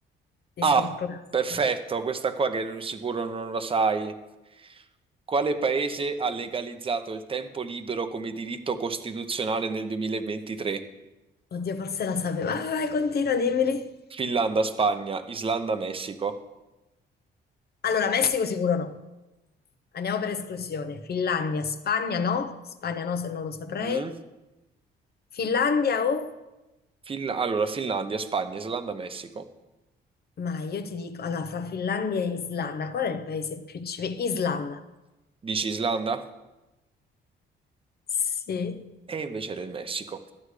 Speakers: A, on the left; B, on the right.
A: ti
B: Ah,
A: surclasso.
B: perfetto, questa qua che non- sicuro non la sai. Quale paese ha legalizzato il tempo libero come diritto costituzionale nel 2023?
A: Oddio, forse la sapevo. Vai, vai, continua, dimmeli.
B: Finlandia, Spagna, Islanda, Messico.
A: Allora, Messico sicuro no. Andiamo per esclusione. Finlandia, Spagna no. Spagna no, se non lo saprei.
B: Mm?
A: Finlandia o...
B: Fin- allora, Finlandia, Spagna, Islanda, Messico.
A: Ma io ti dico, allora, fra Finlandia e Islanda, qual è il paese più civile? Islanda.
B: Dici Islanda?
A: Sì.
B: E invece era il Messico.